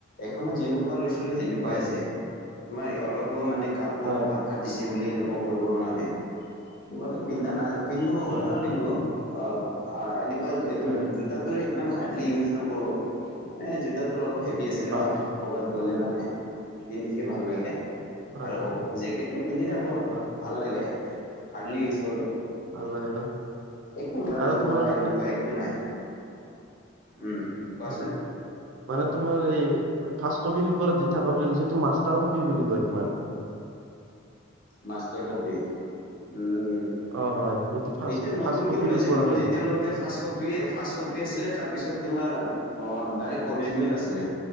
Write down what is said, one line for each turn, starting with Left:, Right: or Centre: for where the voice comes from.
Left: এখনত যেনেকুৱা লৈছিলো সেনেকুৱাই
Right: হয়
Left: আছে। তোমাৰ অলপো মানে কাপোৰ
Right: হয়
Left: কবাত ফাটিছে বুলি ই এনেকুৱা কৰিব নোৱাৰে। বা পিন্ধা না পিন্ধো,
Right: হয়
Left: পুৰা পিন্ধো হ-হ এনেকুৱা এইদম
Right: হয়
Left: জোতা তোৰে ইমান হা হাৰ্ডলি ইউজ নকৰোঁ, মানে জোতাটো অলপ হেভি আছে ন?
Right: হয়
Left: ক'বাত গ'লে মানে পিন্ধিকে ভাল লাগে
Right: হয়
Left: আৰু জেকেটটো পিন্ধি থাকো
Right: হয়
Left: ভাল লাগে। হাৰ্ডলি ইউজ কৰো।
Right: ভাল লাগে ন?
Left: এক কোলাৰ
Right: আৰু
Left: যোৱা
Right: তোমাৰ মানে
Left: এনেকুৱা একো নাই। উম কোৱাচোন
Right: অ, মানে তোমাৰ এই ফাৰ্ষ্ট কপিৰ ওপৰত যি থাকা বুলি কৈছা সিটো মাষ্টাৰ কপি বুলি কয় তোমাৰ।
Left: Master copy. উম
Right: অ, হয়। সেইটো ফাৰ্ষ্ট
Left: এতিয়া নতুনকে
Right: ফাৰ্ষ্ট কপিৰ
Left: ওলাইছে।
Right: ওপৰত
Left: মই
Right: আৰু
Left: যেতিয়া লওঁতে ফাৰ্ষ্ট কপিয়ে-ফাৰ্ষ্ট কপি আছিলে। তাৰপিছত তোমাৰ অ, ডাইৰেক্ট অৰিজিনেল আছিলে,